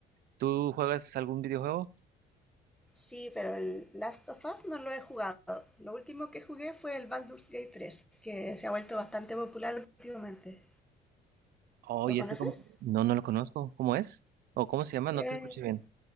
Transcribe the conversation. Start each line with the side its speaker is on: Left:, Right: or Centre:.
Right: ¿Tú juegas algún videojuego?
Centre: Sí, pero el Last of Us no lo he jugado. Lo último que jugué fue el Baldur's Gate 3, que se ha vuelto bastante popular últimamente.
Right: Oh,
Centre: ¿Lo
Right: ¿y
Centre: conoces?
Right: ese cómo? No, no lo conozco. ¿Cómo es? ¿O cómo se llama? No
Centre: Eh,
Right: te escuché bien.